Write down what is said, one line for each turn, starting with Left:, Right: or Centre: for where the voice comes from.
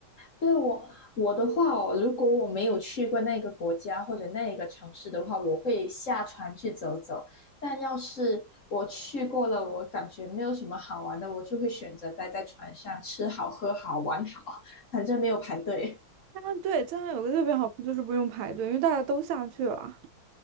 Left: 对我我的话哦，如果我没有去过那个国家或者那个城市的话，我会下船去走走。但要是我去过了，我感觉没有什么好玩的，我就会选择待在船上吃好喝好玩好，反正没有排队。
Right: 啊，对，这样有个特别好处就是不用排队，因为大家都下去了。